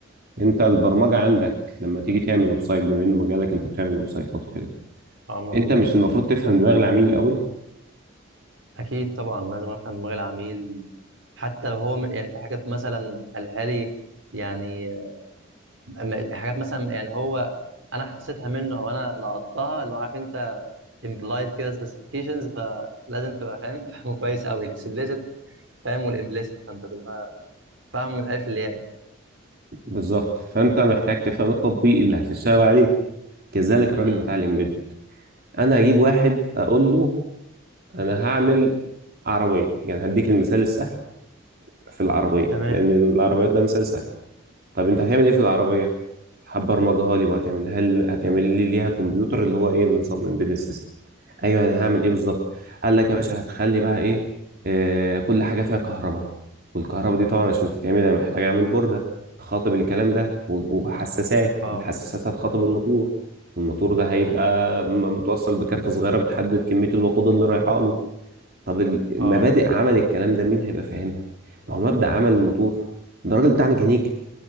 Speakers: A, on the right; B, on the right.
A: أنت البرمجة عندك لما تيجي تعمل ويب سايت بما إنه مجالك أنت بتعمل ويب سايتات وكده
B: اه آه، مظبوط
A: أنت مش المفروض تفهم دماغ العميل الأول
B: اكيد طبعا لازم افهم دماغ العميل حتى لو هو م- يعني في حاجات مثلا قالها لي يعني أما- حاجات مثلا يعني هو انا حسيتها منه او انا لقطتها اللي هو عارف انت امبلايد كده سبيسيفيكيشنز فلازم تبقى فاهم <laughs> فاهمه كويس قوي الاكسبليسيت فاهم والامبليسيت فانت تبقى فاهم من الالف للياء
A: بالظبط فأنت محتاج تفهم التطبيق اللي هتشتغل عليه كذلك الراجل
B: امم
A: بتاع الإمبيدد انا هجيب واحد
B: حلو
A: اقول له انا هعمل عربيه يعني هديك المثال السهل في العربيه
B: تمام
A: لان العربيات ده
B: مم.
A: مثال سهل طب انت هتعمل ايه في العربية
B: جامد
A: هتبرمجها لي وهتعمل هل هتعمل لي ليها كمبيوتر اللي هو ايه نظام امبيدد سيستم ايوه انا هعمل ايه بالظبط
B: مم.
A: قال لك يا باشا هتخلي بقى ايه آه كل حاجة فيها كهرباء والكهرباء دي طبعا عشان تتعمل انا محتاج اعمل بوردة تخاطب الكلام ده و- وحساسات
B: اه
A: والحساسات هتخاطب الموتور والموتور ده هيبقى
B: مم.
A: م- متوصل بكارت صغيرة بتحدد كمية الوقود اللي رايحة له طب المبادئ
B: اه
A: عمل الكلام ده مين هيبقى فاهمها ما هو مبدأ عمل الموتور ده راجل بتاع ميكانيكا